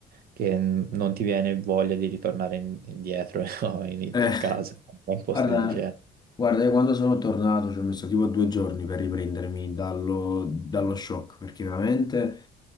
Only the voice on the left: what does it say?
Eh,
guarda,
guarda, io quando sono tornato ci ho messo tipo due giorni per riprendermi dallo, dallo shock, perché veramente